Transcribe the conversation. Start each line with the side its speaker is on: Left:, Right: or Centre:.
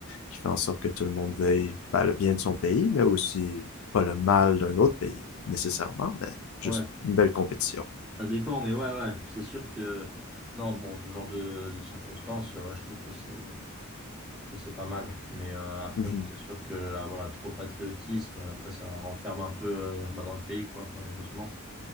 Left: qui fait en sorte que tout le monde veuille ben, le bien de son pays, mais aussi pas le mal d'un autre pays nécessairement, mais juste
Centre: ouais.
Left: une belle compétition.
Centre: Ça dépend, mais ouais, ouais. C'est sûr que, non, pour ce genre de, de circonstances, euh, ouais, je trouve que c'est que c'est pas mal. Mais euh, après,
Left: Ouais. Mm
Centre: bon, c'est sûr que, ah, voilà, trop patriotisme, après, ça renferme un peu euh, bah, dans le pays, quoi, malheureusement.